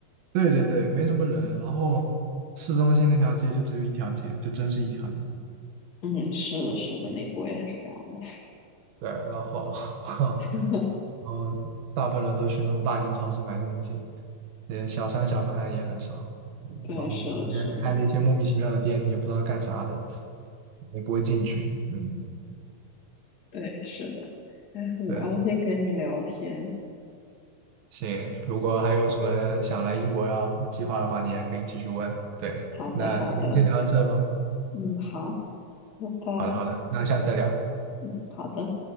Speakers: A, on the right (about 80°); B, on the left (about 30°).
A: 对对对，没什么人。然后市中心那条街就只有一条街，就真是一条街。
B: 嗯，是的，是的，美国也是这样的。
A: 对，然后 <laughs>
B: <laughs>
A: 然后大部分人都去那种大型超市买东西，连小商小贩也很少。嗯，
B: 对，
A: 然后旁边开了一些莫名其妙的店，
B: 是的，是的，
A: 你也不知道干啥的，也不会进去。嗯。
B: 对，是的。哎，很高兴跟你聊天。
A: 对。行，如果还有什么想来英国要计划的话，你也可以继续问。对，
B: 好的，
A: 那今天先聊到这吧。
B: 好的。嗯，好，拜拜。
A: 好的，好的，那下次再聊。
B: 嗯，好的。